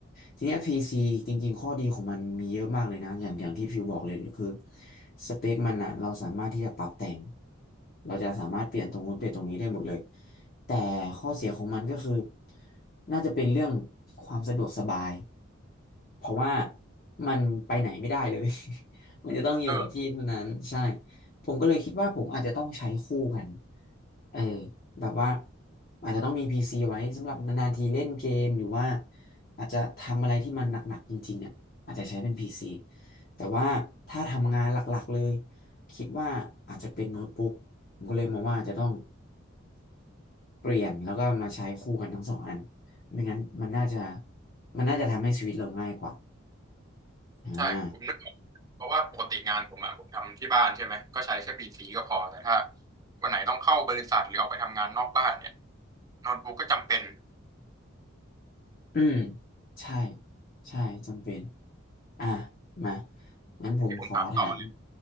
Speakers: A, on the left; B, on the right.
A: ทีเนี้ย PC จริงๆข้อดีของมันมีเยอะมากเลยนะอย่างอย่างที่ฟิวบอกเลยคือสเปคมันอ่ะเราสามารถที่จะปรับแต่งเราจะสามารถเปลี่ยนตรงนู้นเปลี่ยนตรงนี้ได้หมดเลยแต่ข้อเสียของมันก็คือน่าจะเป็นเรื่องความสะดวกสบายเพราะว่ามันไปไหนไม่ได้เลย <laughs> มันจะต้องอยู่กับที่เท่านั้นใช่
B: เออ
A: ผมก็เลยคิดว่าผมอาจจะต้องใช้คู่กันเออแบบว่าอาจจะต้องมี PC ไว้สำหรับนานๆทีเล่นเกมหรือว่าอาจจะทำอะไรที่มันหนักๆจริงๆอ่ะอาจจะใช้เป็น PC แต่ว่าถ้าทำงานหลักๆเลยคิดว่าอาจจะเป็นโน้ตบุ๊กผมก็เลยมองว่าอาจจะต้องเปลี่ยนแล้วก็มาใช้คู่กันทั้งสองอันไม่งั้นมันน่าจะมันน่าจะทำให้ชีวิตเราง่ายกว่าอ่า
B: ใช่ผมนึกออกเพราะว่าปกติงานผมอ่ะผมทำที่บ้านใช่ไหมก็ใช้แค่พีซีก็พอแต่ถ้าวันไหนต้องเข้าบริษัทหรือออกไปทำงานนอกบ้านเนี่ยโน้ตบุ๊กก็จำเป็น
A: อืมใช่ใช่จำเป็น อ่ะมางั้นผมขอถาม
B: ที่ผมถามต่อ